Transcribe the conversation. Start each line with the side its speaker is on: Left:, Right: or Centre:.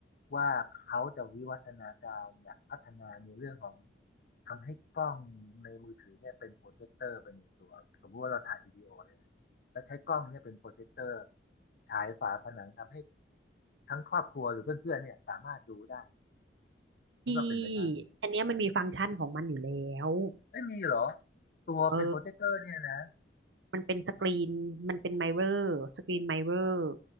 Left: ว่าเขาจะวิวัฒนาการอยากพัฒนาในเรื่องของทำให้กล้องในมือถือเนี่ยเป็นโปรเจคเตอร์ไปในตัวสมมุติว่าเราถ่ายวิดีโอเนี่ยนะแล้วใช้กล้องเนี่ยเป็นโปรเจคเตอร์ฉายฝาผนังทำให้ทั้งครอบครัวหรือเพื่อนๆเนี่ยสามารถดูได้คิดว่าเป็นไปได้ไหม
Right: ที่อันเนี้ยมันมีฟังก์ชันของมันอยู่แล้ว
Left: ไม่มีเหรอตัวเป็นโปรเจคเตอร์เนี่ยนะ
Right: เออมันเป็นสกรีนมันเป็นไมเรอร์สกรีนไมเรอร์